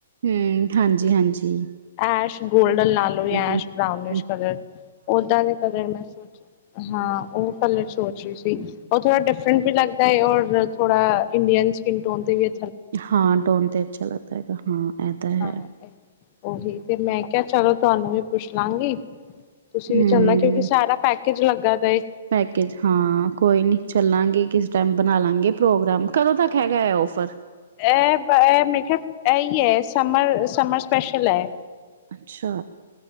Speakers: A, on the right; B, on the left.
A: ਹਮ, ਹਾਂਜੀ-ਹਾਂਜੀ।
B: ਐਸ਼ ਗੋਲਡਨ ਲਾ ਲਓ ਯਾਂ
A: ਹੂੰ
B: ਐਸ਼ ਬਰਾਊਨਿਸ਼ ਕਲਰ, ਓਦਾਂ ਦੇ ਕਲਰ ਮੈਂ ਸੋਚ ਹਾਂ, ਉਹ ਕਲਰ ਸੋਚ ਰਹੀ ਸੀ, ਉਹ ਥੋੜਾ ਡਿਫਰੈਂਟ ਵੀ ਲੱਗ ਨਹੀਂ, ਔਰ ਥੋੜਾ ਇੰਡੀਅਨ 'ਚ- ਸਕਿਨ ਟੋਨ ਤੇ ਵੀ, ਅ
A: ਹਾਂ, ਟੋਨ ਤੇ ਅੱਛਾ ਲੱਗਦਾ ਹੈਗਾ, ਹਾਂ। ਇਹ ਤਾਂ ਹੈ
B: ਹਾਂ, ਓਹੀ ਤੇ ਮੈਂ ਕਿਹਾ, ਚਲੋ ਤੁਹਾਨੂੰ ਵੀ ਪੁੱਛ ਲਾਂਗੀ। ਤੁਸੀਂ
A: ਹੂੰ
B: ਵੀ ਚਾਲਣਾ, ਕਿਉਂਕਿ ਸਾਰਾ ਪੈਕੇਜ ਲੱਗਾ ਦਾ ਏ।
A: ਪੈਕੇਜ ਹਾਂ, ਕੋਈ ਨੀਂ ਚੱਲਾਂਗੇ ਕਿਸ ਟਾਈਮ, ਬਣਾ ਲਾਂਗੇ ਪ੍ਰੋਗਰਾਮ, ਕਦੋਂ ਤੱਕ ਹੈਗਾ ਹੈ ਔਫਰ?
B: ਇਹ, ਇਹ ਮੇਰੇ ਖਿਆਲ ਇਹੀ ਹੈ, ਸਮਰ-ਸਮਰ ਸਪੈਸ਼ਲ ਹੈ।
A: ਅੱਛਾ